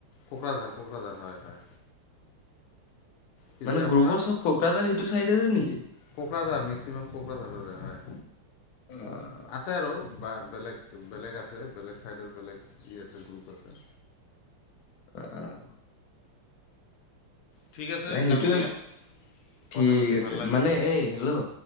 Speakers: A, on the left; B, on the left.
A: কোকৰাঝাৰ-কোকৰাঝাৰ, হয়-হয়। পিছে
B: মানে
A: আপোনাৰ
B: গ্ৰোবৰ চব কোকৰাঝাৰ সেইটো চাইডৰে নেকি?
A: কোকৰাঝাৰ মেক্সিমাম কোকৰাঝাৰৰে হয়
B: আহ
A: আছে আৰু বা। বেলেগ-বেলেগ আছে বেলেগ ছাইডত বেলেগ ই আছে গ্ৰুপ আছে।
B: আহ।
A: ঠিক আছে
B: নাই সেইটোৱেই
A: ডাঙৰীয়া কথা
B: ঠিক
A: পাতি
B: আছে
A: ভাল লাগিল
B: মানে এই হেল্ল'।